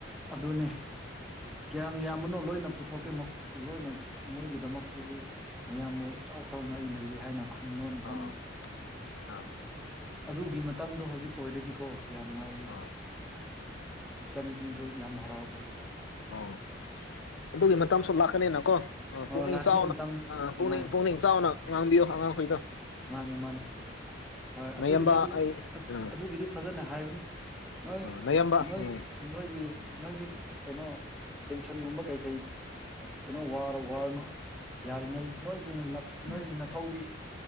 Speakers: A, in the centre; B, on the left.
A: ꯑꯗꯨꯅꯦ ꯀꯌꯥꯝ ꯌꯥꯝꯕꯅꯣ ꯂꯣꯏꯅ꯫ ꯄꯨꯊꯣꯛꯀꯦ ꯂꯣꯏꯅ ꯃꯣꯏꯒꯤꯗꯃꯛꯇꯗꯤ ꯃꯌꯥꯝ ꯃꯣꯏ ꯏꯆꯥꯎ ꯆꯥꯎꯅ ꯑꯩ ꯂꯩꯔꯤ ꯍꯥꯏꯅ ꯈꯨꯝꯕ ꯃꯇꯝ
B: ꯑꯥ ꯑꯥ
A: ꯑꯗꯨꯒꯤ ꯃꯇꯝꯗꯣ ꯍꯧꯖꯤꯛ ꯑꯣꯏꯔꯗꯤꯀꯣ ꯀꯌꯥ ꯅꯨꯡꯉꯥꯏꯔꯅꯤ
B: ꯑꯥ
A: ꯏꯆꯟꯁꯤꯡꯁꯨ ꯌꯥꯝ ꯍꯔꯥꯎꯗꯧꯔꯤꯕ ꯁꯨꯃꯥꯏꯅ ꯂꯩꯔꯗꯤ
B: ꯑꯣ ꯑꯗꯨꯒꯤ ꯃꯇꯝ ꯁ ꯂꯥꯛꯀꯅꯤꯅ ꯀꯣ
A: ꯑꯣ
B: ꯄꯨꯛꯅꯤꯡ
A: ꯂꯥꯛꯀꯅꯤ
B: ꯆꯥꯎꯅ
A: ꯃꯇꯝ
B: ꯑ ꯄꯨꯛꯅꯤꯡ
A: ꯍꯣꯏ
B: ꯄꯨꯛꯅꯤꯡ ꯆꯥꯎꯥꯎꯅ ꯉꯥꯡꯕꯤꯌꯣ ꯑꯉꯥꯡꯈꯕꯤꯌ
A: ꯃꯥꯅꯤ ꯃꯥꯅꯤ ꯍꯣꯏ ꯑꯗꯨꯒꯤꯗꯨꯗꯤ
B: ꯅꯌꯥꯝꯕ ꯑꯩ ꯑꯥ
A: ꯑꯗꯨꯒꯤꯗꯤ ꯐꯖꯅ ꯍꯥꯏꯕꯅꯤ ꯅꯣꯏ
B: ꯑꯥ ꯅꯌꯥꯝꯕ
A: ꯅꯣꯏ
B: ꯎꯝ
A: ꯅꯣꯏꯒꯤ ꯅꯣꯏꯗꯤ ꯀꯩꯅꯣ ꯇꯦꯟꯁꯟꯒꯨꯝꯕ ꯀꯩ ꯀꯔꯤ ꯀꯩꯅꯣ ꯋꯥꯔ ꯋꯥꯔꯅ ꯌꯥꯔꯤꯉꯩ ꯅꯣꯏꯒꯤ
B: ꯎꯝ
A: ꯅꯣꯏꯒꯤ ꯅꯊꯧꯗꯤ